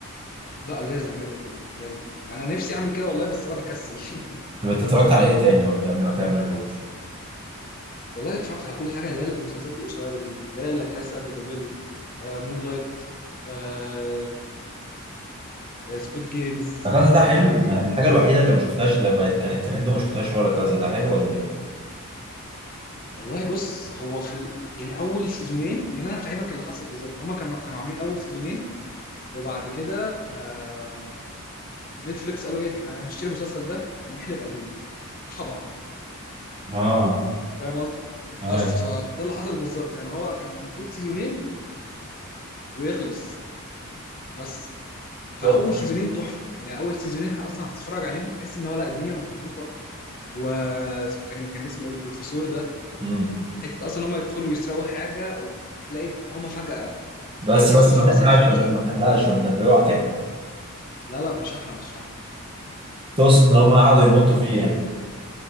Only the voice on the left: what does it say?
لا لازم كده كده لازم يعني انا نفسي اعمل كده والله بس انا بكسل <laughs>
والله اتفرجت على كل حاجه اللي هي المسلسلات القصيره دي اللي هي لا كاسا دي بابيل آه مون لايت آه سكويد جيمز
ايه
تاني
والله بص هو في ال... يعني اول سيزونين يعني انا هفهمك اللي حصل بالظبط هما كانوا كانوا عاملين اول سيزونين وبعد كده آه نتفليكس قالوا ايه احنا هنشتري المسلسل ده ونحلب ابوه طبعا
فاهم قصدي
بس فده اللي حصل بالظبط يعني هو كان المفروض سيزونين ويخلص بس فاول
سيزونين تحفه يعني اول سيزونين اصلا هتتفرج عليهم تحس ان هو لا الدنيا مظبوطه و كان كان اسمه ايه البروفيسور ده
حته اصلا هم يدخلوا يسرقوا حاجه وتلاقي هم فجاه
احتسوا
في
مثلا في مشهد
لا لا مش هحرق مش هحرق